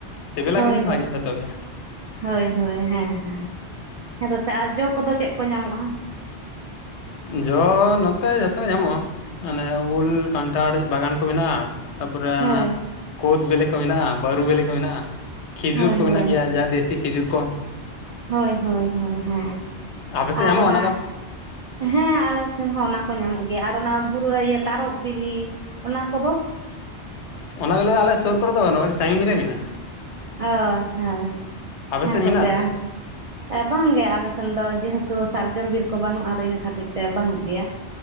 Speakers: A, on the left; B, on the right.
A: ᱥᱤᱵᱤᱞᱟ
B: ᱦᱳᱭ
A: ᱠᱤᱱᱛᱩ
B: ᱦᱳᱭ
A: ᱵᱷᱟᱜᱮ ᱡᱷᱚᱛᱚ ᱜᱮ
B: ᱦᱳᱭ ᱦᱳᱭ ᱦᱮᱸ ᱦᱮᱸ ᱦᱮᱸ ᱫᱚᱥᱮ ᱟᱨ ᱡᱚ ᱠᱚᱫᱚ ᱪᱮᱜ ᱠᱚ ᱧᱟᱢᱚᱜᱼᱟ?
A: ᱡᱚ ᱱᱚᱛᱮ ᱡᱷᱚᱛᱚ ᱧᱟᱢᱚᱜᱼᱟ, ᱢᱟᱱᱮ ᱩᱞ ᱠᱟᱱᱴᱷᱟᱲ ᱵᱟᱜᱟᱱ ᱠᱚ ᱢᱮᱱᱟᱜᱼᱟ᱾ ᱛᱟᱯᱚᱨᱮ ᱚᱱᱟ
B: ᱦᱳᱭ
A: ᱠᱳᱫ ᱵᱤᱞᱤ ᱠᱚ ᱢᱮᱱᱟᱜᱼᱟ, ᱵᱟᱹᱨᱩ ᱵᱤᱞᱤ ᱠᱚ ᱢᱮᱱᱟᱜᱼᱟ᱾ ᱠᱷᱮᱡᱩᱨ
B: ᱦᱳᱭ
A: ᱠᱚ ᱢᱮᱱᱟᱜ
B: ᱦᱳᱭ
A: ᱜᱮᱭᱟ ᱡᱟ ᱫᱮᱥᱤ ᱠᱷᱤᱡᱩᱨ ᱠᱚ᱾
B: ᱦᱳᱭ ᱦᱳᱭ ᱦᱳᱭ ᱦᱮᱸ
A: ᱟᱯᱮ ᱥᱮᱫ ᱧᱟᱢᱚᱜᱼᱟ
B: ᱟᱨ ᱚᱱᱟ
A: ᱠᱚ
B: ᱦᱮᱸ ᱟᱞᱮ ᱥᱮᱱ ᱦᱚᱸ ᱚᱱᱟ ᱠᱚ ᱧᱟᱢᱚᱜ ᱜᱮᱭᱟ, ᱟᱨ ᱚᱱᱟ ᱵᱩᱨᱩ ᱤᱭᱟᱹ ᱛᱟᱨᱚᱵ ᱵᱤᱞᱤ ᱚᱱᱟ ᱠᱚᱫᱚ
A: ᱮᱱᱟ ᱫᱚ ᱟᱞᱮ ᱥᱩᱨ ᱠᱚᱨᱮ ᱫᱚ ᱵᱟᱹᱱᱩᱜᱼᱟ, ᱟᱹᱰᱤ ᱥᱟᱺᱜᱤᱧ ᱨᱮ ᱢᱮᱱᱟᱜᱼᱟ᱾
B: ᱚ ᱟᱪᱪᱷᱟ
A: ᱟᱯᱮ
B: ᱦᱮᱸ
A: ᱥᱮᱫ
B: ᱛᱚᱥᱮ
A: ᱢᱮᱱᱟᱜᱼᱟ ᱥᱮ
B: ᱮ ᱵᱟᱝᱜᱮ ᱟᱞᱮ ᱥᱮᱱ ᱫᱚ ᱡᱮᱦᱮᱛᱩ ᱥᱟᱨᱡᱚᱢ ᱵᱤᱨ ᱠᱚ ᱵᱟᱹᱱᱩᱜᱼᱟ, ᱟᱫᱚ ᱤᱱᱟᱹ ᱠᱷᱟᱹᱛᱤᱨ ᱛᱮ ᱵᱟᱹᱱᱩᱜ ᱜᱮᱭᱟᱨ